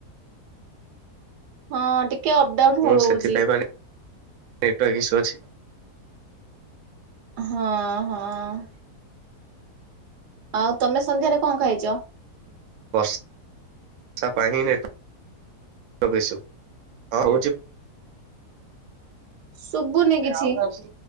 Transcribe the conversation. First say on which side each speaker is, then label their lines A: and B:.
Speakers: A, on the right (about 80°); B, on the right (about 70°).
A: ହଁ ଟିକେ ଅପଡାଉନ ହଉଛି।
B: ମୁଁ ସେଥିପାଇଁ ମାନେ ନେଟୱାର୍କ ଇସୁ ଅଛି।
A: ହଁ ହଁ। ଆଉ ତମେ ସନ୍ଧ୍ୟାରେ କଣ ଖାଇଛ?
B: ବର୍ଷା ପାଣିରେ ପାଇଁ ନେଟୱାର୍କ ଇସୁ ହଁ ହଉଛି।
A: ଶୁବୁନି
B: ହଉଛି।
A: କିଛି।